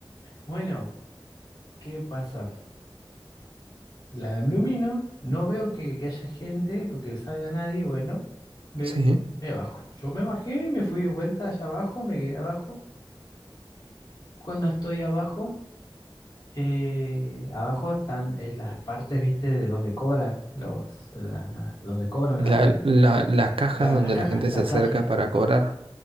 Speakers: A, on the left (about 45°); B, on the right (about 85°).
A: Bueno, ¿qué pasa? La ilumino. No veo que, que haya gente porque salga nadie. Bueno, me,
B: Sí.
A: me bajo. Yo me bajé, me fui de vuelta allá abajo, me quedé abajo. Cuando estoy abajo. Eh, abajo están eh, las partes, viste, de donde cobran los, la- la- donde cobran la-
B: La, la, las cajas
A: la-
B: donde
A: las cajas,
B: la gente
A: las
B: se acerca
A: cajas.
B: para cobrar.